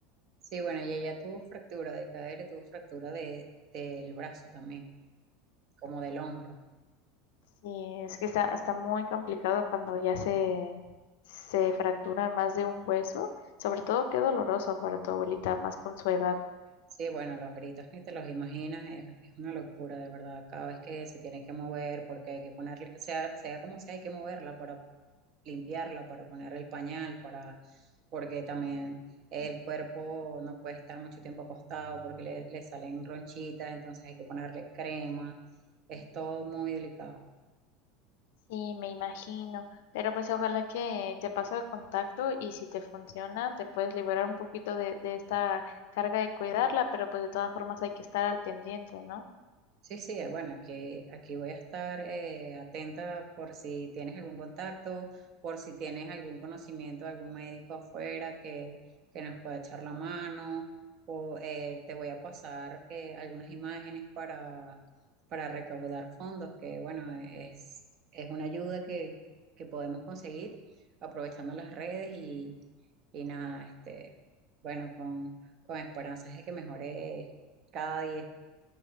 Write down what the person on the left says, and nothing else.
Sí, es que está, está muy complicado cuando ya se, se fracturan más de un hueso, sobre todo qué doloroso para tu abuelita, más con su edad.
Sí, me imagino. Pero pues ojalá que te paso el contacto y si te funciona, te puedes liberar un poquito de, de esta carga de cuidarla, pero pues de todas formas hay que estar al pendiente, ¿no?